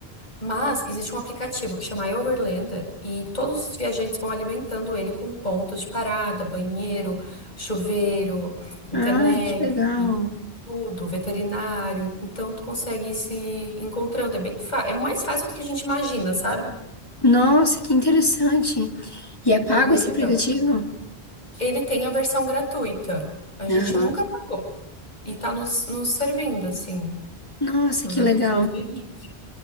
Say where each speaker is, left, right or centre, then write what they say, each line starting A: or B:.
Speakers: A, on the left; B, on the left.
A: Mas existe um aplicativo que chama iOverlander e todos os viajantes vão alimentando ele com pontos de parada, banheiro, chuveiro, internet.
B: Ai, que legal.
A: Tudo, veterinário, então tu consegue ir se encontrando. É bem fa- é mais fácil do que a gente imagina, sabe?
B: Nossa, que interessante. E é pago
A: É bem
B: esse
A: legal.
B: aplicativo?
A: Ele tem a versão gratuita. A gente
B: Aham.
A: nunca pagou. E tá nos, nos servindo, assim.
B: Nossa,
A: Usamos
B: que legal.
A: desde o início.